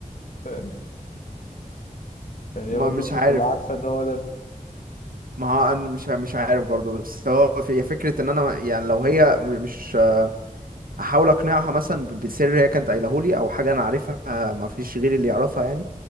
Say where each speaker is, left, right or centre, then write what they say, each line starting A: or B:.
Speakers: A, on the left; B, on the right.
A: فاهم يعني
B: ما
A: هي برضه
B: مش
A: مش
B: عارف
A: هتبقى عارفه ان هو ده انت.
B: ما هو انا مش مش عارف برضه بس هو في فكره ان انا يعني لو هي م- مش احاول اقنعها مثلا ب- بسر هي كانت قايله لي او حاجه انا عارفها ما فيش غيري اللي يعرفها يعني